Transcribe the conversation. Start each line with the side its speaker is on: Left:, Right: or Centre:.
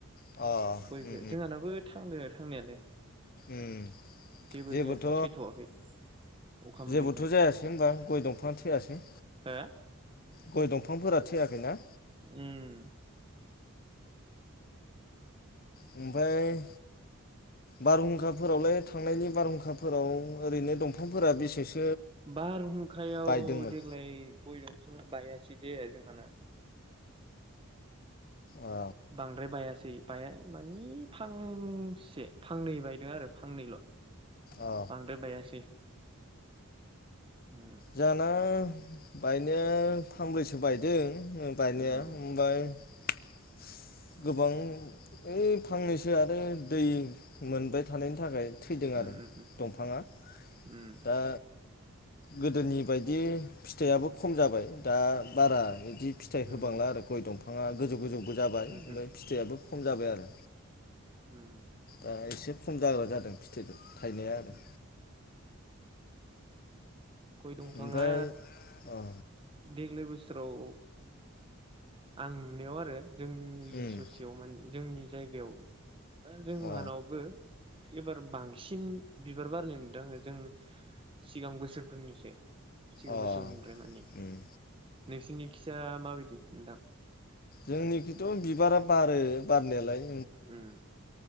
Left: अ
Right: गयखौ
Left: उम
Right: जोंहानाबो थांदों आरो। थांनायालाय।
Left: उम।
Right: जेबो
Left: जेबोथ'
Right: जायाखै थैथ'वाखै अखा मोननायजों
Left: जेबोथ' जायासै होनबा गय दंफाङा थैयासै।
Right: हो।
Left: गय दंफांफोरा थैयाखैना।
Right: उम।
Left: ओमफ्राय बारहुंखाफोरावलाय थांनायनि बारहुंखाफोराव ओरैनो दंफांफोरा बेसेसो।
Right: बारहुंखायाव
Left: बायदोंमोन
Right: देग्लाय गय दंफाङा। बाहायासै दे जोंहाना।
Left: अ
Right: बांद्राय बायासै बाया मानि फांसे फांनै बायदों आरो फांनैल'।
Left: अ
Right: बांद्राय बायासै। उम
Left: जाना। बायनाया फांब्रैसो बायदों। बायनि
Right: उम
Left: बफ्राय <unintelligible> गोबां ओइ फांनैसो आरो दै मोनबाय थानायनि थाखाय थैदों आरो
Right: उम उम
Left: दंफाङा
Right: उम
Left: दा गोदोनि बायदि फिथाइयाबो खम जाबाय दा बारा। बि फिथाइ
Right: उम
Left: होबांला आरो गय दंफां <unintelligible> <unintelligible> था गोजौ गोजौ। जाबाय
Right: उम
Left: ओमफ्राय
Right: उम
Left: फिथाइयआबो खम जाबाय आरो
Right: उम
Left: दा एसे खम जाग्ला जादों फिथाइदों। <unintelligible> थायनाया
Right: उम
Left: आरो।
Right: गय दंफाङा
Left: ओमफ्राय अ
Right: देग्लाय बोसोराव आं नुनायाव आरो जोंनि
Left: उम
Right: ससेयाव माने जोंनि जायगायाव जोंहानावबो
Left: अ
Right: एबार बांसिन बिबार बारनाय नुदों जों सिगां बोसोर बुंनोसै सिगांबो
Left: अ
Right: सोलद्राय मानि
Left: उम
Right: नोंसिनि <unintelligible> <unintelligible> जायखिया माबायदि नोंथां
Left: जोंनिखथ' बिबारा बारो बारनायालाय <unintelligible>
Right: उम